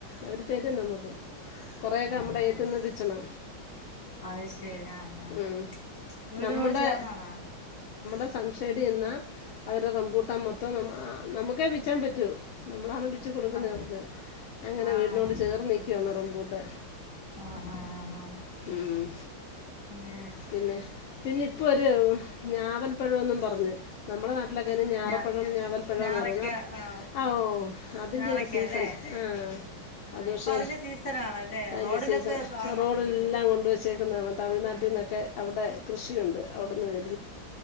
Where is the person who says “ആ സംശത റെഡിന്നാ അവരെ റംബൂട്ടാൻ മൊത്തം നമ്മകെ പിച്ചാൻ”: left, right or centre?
Left